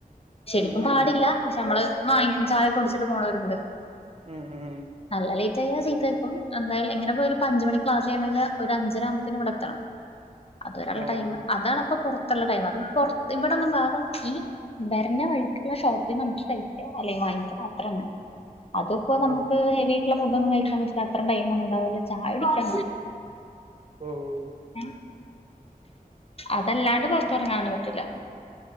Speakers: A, on the right (about 40°); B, on the left (about 40°).
A: ഉം
B: ശരിക്കും പാടില്ല
A: ഉം
B: പക്ഷെ അമ്മള് വാങ്ങിക്കും ചായൊക്കെ കുടിച്ചിട്ട് പോണോരുണ്ട്.
A: ഉം, ഉം
B: ന്നല്ല ലേയ്റ്റ്ആയാ ചീത്തേക്കും എന്തായാലും എങ്ങനെപോയാലും ഒരു പഞ്ച്മണിക്ക് ക്ലാസ് കയ്യുമെങ്കിൽ ഒര് അഞ്ചരആവുമ്പോത്തിനും ഇവടെ എത്തണം. അത് വെരെയുള്ള
A: ഓഹ്
B: ടൈമ് അതാണ്പ്പൊ പൊർത്തുള്ള ടൈമ് അതും പൊർ ഇവിടൊന്നും വേറൊന്നും ഈ വെര്ന വഴ്ക്കുള്ള ഷോപ്പിന്ന് ന്നമുക്ക് കയ്ക്കാം അല്ലെങ്കി വാങ്ങിക്കാം. അത്രന്നെ അതുപ്പോ ഞമ്മക്ക്
A: ഓഹ്
B: ഹെവി ഫുഡൊന്നും കഴിക്കാൻ പറ്റില്ല അത്രടൈമൊന്നുംണ്ടാവില്ല ചായ കുടിക്കാ.
A: ഓഹ്
B: എഹ് അതല്ലാണ്ട് പൊർത്തർങ്ങാനൊന്നും പറ്റൂല